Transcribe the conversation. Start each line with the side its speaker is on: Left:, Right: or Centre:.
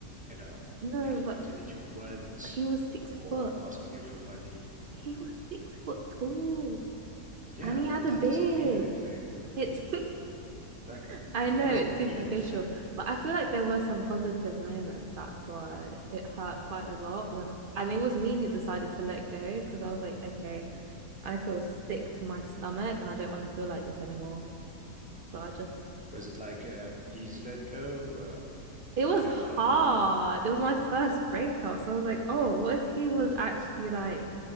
Centre: you know,
Right: No,
Centre: making
Right: but
Centre: you delete your friends
Right: he was six
Centre: or
Right: foot.
Centre: asking you for money.
Right: He was six foot tall
Centre: Yeah,
Right: and
Centre: but
Right: he had a
Centre: that
Right: beard.
Centre: doesn't mean anything.
Right: It's,
Centre: That
Right: <laughs> I know
Centre: that
Right: it's
Centre: doesn't
Right: superficial,
Centre: mean anything.
Right: but I feel like there were some positive moments. That's why it hurt quite a lot when, and it was me who decided to let go because I was like, okay, I feel sick to my stomach and I don't want to feel like this anymore. So I just,
Centre: Was it like an easy let go? Um,
Right: it
Centre: I
Right: was
Centre: mean,
Right: hard.
Centre: I don't know.
Right: It was my first breakup. So I was like, oh, what if he was actually like